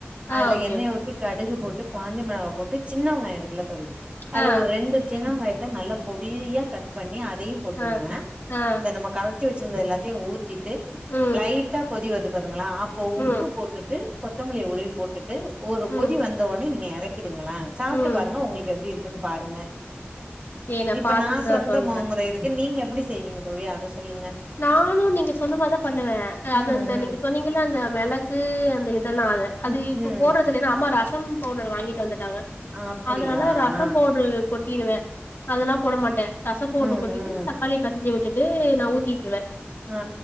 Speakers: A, on the right; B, on the left.
A: அதுல
B: ஆ ஓகே
A: எண்ணெய
B: ஓகே
A: ஊத்தி கடுகு போட்டு காஞ்ச மிளகா போட்டு சின்ன வெங்காயம் இருக்குல தோழி அதுல
B: ஆ
A: ஒரு ரெண்டு சின்ன வெங்காய த்த நல்லா பொடியா கட் பண்ணி அதையும் போட்டுங்க
B: ஆ ஆ
A: இந்த நம்ம கர ச்ச வச்சிருந்த எல்லாத்தையும் ஊத்திட்டு
B: ம்
A: லைட்டா கொதி வருது பாருங்களா அப்போ உப்பு
B: ம்
A: போட்டுட்டு கொத்தமல்லிய உருவி போட்டுட்டு ஒரு
B: ம்
A: கொதி வந்த ஒன்னே நீங்க எறக்கிடுங்களே சாப்ட்டு
B: ம்
A: பாருங்க உங்களுக்கு எப்டி இருக் குன் பாருங்க
B: சரி
A: இப்ப
B: பாத்துட்டு
A: நா சொந்த
B: சொல்றே
A: மாமுறை இருக்கு நீங்க எப்டி செய்வீங்க தோழி அத சொல்லுங்க
B: நானும் நீங்க சொன்ன மார் தா பண்ணுவ அது
A: ம்
B: அந்த
A: ம்
B: நீங்க சொன்னீங்கள அந்த மெளகு அந்த இத் து தின்னாது அது
A: ம்
B: இப்ப
A: ம்
B: போட்றது இல்லன்னு அம்மா ரசம் பவுடர் வாங்கிட்டு வந்துட்டாங்க
A: அப்டியா
B: அதனால ரசம்
A: ஆ
B: பவுட்ரு கொட்டிடுவ அதெல்லா போட மாட்ட ரசம் பவுட்ரு
A: ம்
B: கொட்டிட்டு
A: ம்
B: தக்காளி பெசஞ்சி விட்டுட்டு நா ஊத் திடுவ
A: ஆ ஆ